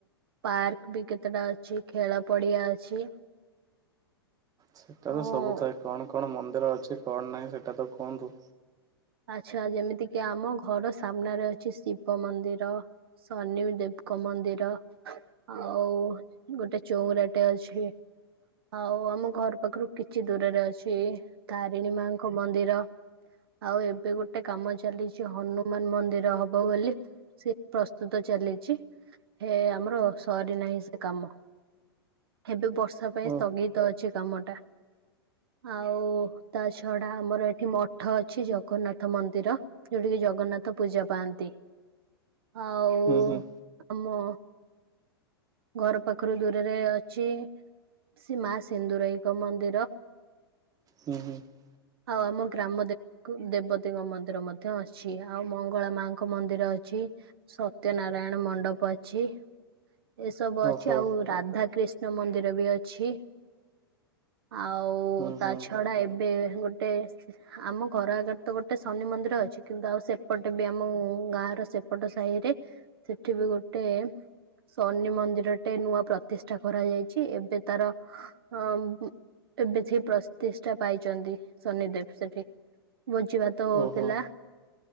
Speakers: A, on the right; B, on the right.
A: ପାର୍କ ବି କେତେଟା ଅଛି ଖେଳ ପଡିଆ ଅଛି।
B: ସେଇଟା
A: ହଁ
B: ତ ସବୁ ଥାଏ କଣ କଣ ମନ୍ଦିର ଅଛି କଣ ନାହିଁ ସେଇଟା ତ କୁହନ୍ତୁ।
A: ଆଚ୍ଛା ଯେମିତିକି ଆମ ଘର ସାମ୍ନାରେ ଅଛି ଶିବ ମନ୍ଦିର। ଶନି ଦେବଙ୍କ ମନ୍ଦିର। ଆଉ ଗୋଟେ ଚଉରାଟେ ଅଛି। ଆଉ ଆମ ଘର ପାଖରୁ କିଛି ଦୂରରେ ଅଛି ତାରିଣୀ ମାଙ୍କ ମନ୍ଦିର। ଆଉ ଏବେ ଗୋଟେ କାମ ଚାଲିଛି ହନୁମାନ ମନ୍ଦିର ହବ ବୋଲି। ସେ ପ୍ରସ୍ତୁତ ଚାଲିଛି ହେ ଆମର ସରି ନାହିଁ ସେ କାମ। ଏବେ ବର୍ଷା ପାଇଁ
B: ଓ
A: ସ୍ଥଗିତ ଅଛି କାମଟା। ଆଉ ତା ଛଡା ଆମର ଏଠି ମଠ ଅ ଛି ଜଗନ୍ନାଥ ମନ୍ଦିର ଯୋଉଠା କିି ଜଗନ୍ନାଥ ପୂଜା ପାଆନ୍ତି। ଆଉ
B: ହୁଁ ହୁଁ
A: ଆମ ଘର ପାଖରୁ ଦୂରରେ ଅଛି। ସେ ମା ସିନ୍ଦୁରାଇଙ୍କ ମନ୍ଦିର।
B: ହୁଁ ହୁଁ
A: ଆଉ ଆମ ଗ୍ରାମ ଦେ କୁ ଦେବତୀଙ୍କ ମନ୍ଦିର ମଧ୍ୟ ଅଛି। ଆଉ ମଙ୍ଗଳା ମାଙ୍କ ମନ୍ଦିର ଅଛି। ସତ୍ୟ ନାରାୟଣ ମଣ୍ଡପ ଅଛି। ଏସବୁ ଅଛି।
B: ଓହୋ
A: ଆଉ ରାଧା କୃିଷ୍ଣ ମନ୍ଦିର ବି ଅଛି। ଆଉ
B: ହୁଁ
A: ତା
B: ହୁଁ
A: ଛଡା ଏବେ ଗୋଟେ ଆମ ଘର ଆଗରେ ଗୋଟେ ଶନି ମନ୍ଦିର ଅଛି। କିନ୍ତୁ ଆଉ ସେପଟ ବି ଆମ ଗାଁ ର ସେପଟ ସାହି ରେ ସେଠି ବି ଗୋଟେ ଶନି ମନ୍ଦିର ଟେ ନୂଆ ପ୍ରତିଷ୍ଠା କରାଯାଇଛି। ଏବେ ତାର ଅ ଏବେ ସେ ପ୍ରତିଷ୍ଠା ପାଇଛନ୍ତି ଶନିଦେବ ସେଠି। ଭୋଜିଭାତ ହଉଥିଲା।
B: ଓହୋ।